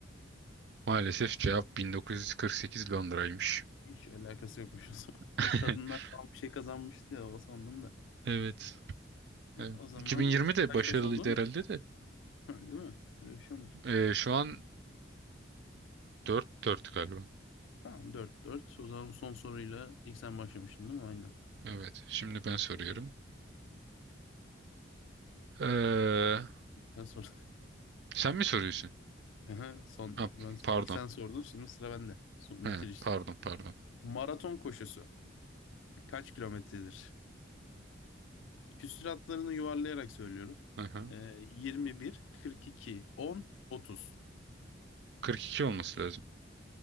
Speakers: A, on the right; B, on the left.
A: Maalesef cevap 1948 Londra'ymış.
B: Hiç alakası yokmuş o zaman.
A: <laughs>
B: <laughs> Bir kadınlar falan bir şey kazanmıştı ya o sandım da.
A: Evet. Evet.
B: O zaman
A: 2020 de
B: kaç
A: başarılıydı
B: kaç oldu?
A: herhalde de.
B: Ha, değil mi? Böyle bir şey olmuş.
A: Ee, şu an Dört dört galiba.
B: Tamam dört dört O zaman son soruyla ilk sen başlamıştın değil mi? Aynen.
A: Evet. Şimdi ben soruyorum.
B: Ee,
A: Ee,
B: ben sordum.
A: sen mi soruyorsun?
B: <laughs> Aha, Son,
A: Ha,
B: ben,
A: pardon.
B: ilk sen sordun şimdi sıra bende. Son,
A: He,
B: bitiriş.
A: pardon pardon.
B: Maraton koşusu kaç kilometredir? Küsür yuvarlayarak söylüyorum.
A: Aha.
B: Ee, yirmi bir, kırk iki on otuz.
A: 42 olması lazım.